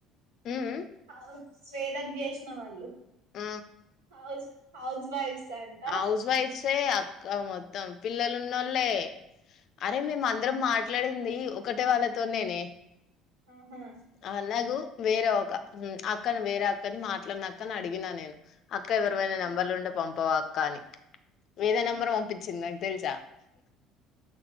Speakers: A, on the left; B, on the right.
A: ఉమ్
B: అవ్ స్వేదక్ జేస్న వాళ్ళు
A: ఆ
B: హౌస్ హౌజ్ వైఫ్స్ అంట
A: హౌజ్ వైఫ్సే అక్క మొత్తం పిల్లలున్నోళ్ళే అరే మేము అందరం మాట్లాడింది ఒకటే వాళ్ళతోనేనే
B: ఆహా
A: అలాగూ వేరే ఒక మ్మ్ ప్చ్ అక్కను వేరే అక్కని మాట్లాడిన అక్కని అడిగినా నేను అక్క ఎవరివైనా
B: ఆ
A: నెంబర్లు ఉంటే పంపవా అక్క అని వేరే
B: ఆ
A: నెంబర్ పంపిచ్చింది నాకు తెలుసా